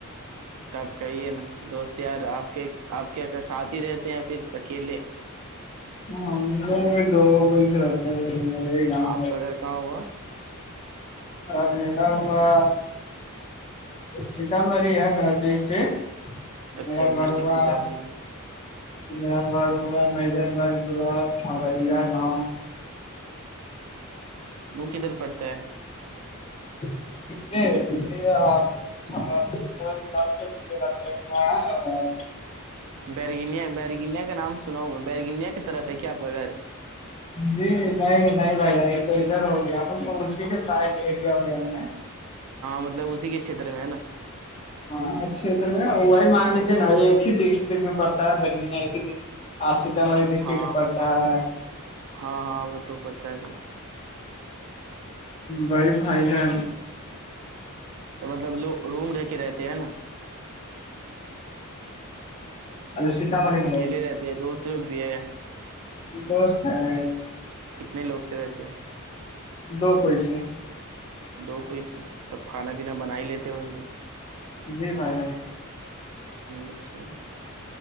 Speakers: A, on the right (about 85°); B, on the left (about 25°).
A: تو آپ کہیے نا دوست یار آپ کے آپ کے ساتھ ہی رہتے ہیں یا پھر اکیلے
B: ہاں دو سے رہتا گاؤں
A: آپ کا گھر کہاں ہوا
B: اور ما ہوا سیتامڑھی ہے میرا ڈسٹک
A: اچھا
B: میرا گھرا
A: ڈسٹرکٹ سیتامڑھی
B: ہے میرا گھر ہوا مر گنج بلاک چھڑیا گاؤں
A: بک دھر پڑتا ہے
B: ج آ سھے
A: بیرگینیا بیرگینیا کا نام سنا ہوں میں بیرگنیا کی طرف ہے کیا آپ کا گھر
B: جی نہیں نہیں بھگائی یہ تو ادھر ہو گیا مطب اسی کے سائڈ ایریا ہویا ہم
A: مطلب اسی کے چھیتر میں ہے نا
B: ہاں اچھی وہی مان لیجیے نا ایک ہی ڈسٹرکٹ میں پڑتا ہے برگ ایک ہی ڈسٹ ہاں سیتامڑھی ڈسٹرکٹ
A: ہاں
B: میں پڑتا ہے
A: ہاں ہاں وہ تو پتا ہے ب
B: بھائی بھائی جان
A: تو مطلب لو روم رہ کے رہتے ہیں نا
B: ہاں
A: وہ
B: سیتامڈ
A: اکیلے
B: میں
A: رہتے دوست بھی ہے
B: دوست ہے
A: کتنے لوگ سے رہتے ہیں
B: دو پیسے
A: دو کوئی سے تب کھانا پینا بنا ہی لیتے ہوں گے
B: جی بھائی
A: اچھا